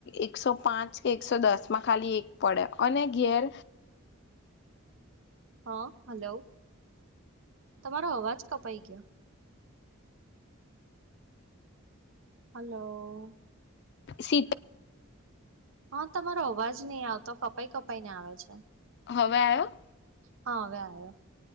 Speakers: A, on the left; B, on the right.
A: એકસો પાંચ કે એકસો દસ માં ખાલી એક પડે અને ઘેર
B: હા હલો તમારો અવાજ કપાઈ ગયો. હલો.
A: સીટ.
B: હા તમારો અવાજ નહી આવતો કપાઈ કપાઈ ને આવે છે.
A: હવે આવ્યો.
B: હા હવે આયો.